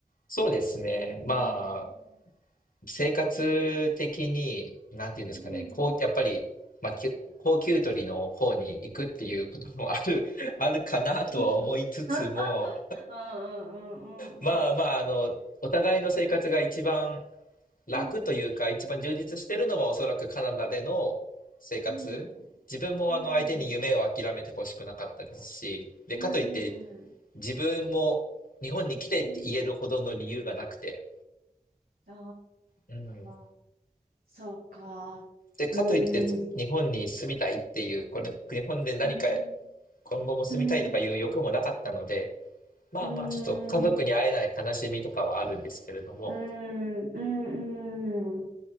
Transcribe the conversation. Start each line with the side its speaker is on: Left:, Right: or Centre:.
Left: そうですね。
Right: うーん。
Left: まあ、生活的に、なんていうんですかね、
Right: うん。
Left: こう、やっぱり、まあ、き高給取りの方に行くっていうこともある、<laughs> あるかなとは思いつつも、
Right: うん。<laughs> うんうんうんうんうん。
Left: まあまあ、あの、お互いの生活が一番楽というか、
Right: うん。
Left: 一番充実してるのはおそらくカナダでの生活。
Right: うん。
Left: 自分もあの相手に夢を諦めてほしくなかったですし、
Right: うん。
Left: で、
Right: うん。
Left: かといって自分も日本に来てって言えるほどの理由がなくて、
Right: うん。あ
Left: うん。
Right: あ、そうか。
Left: で、かといってそ日本に住みたいっていう、
Right: うーん、
Left: これ、日本で何か
Right: うん、
Left: 今後も住みたいとかいう欲もなかったので、
Right: うん、
Left: まあまあちょっと家族に会えない悲しみとかはあるんですけれども、
Right: うん、うん、うん、うん。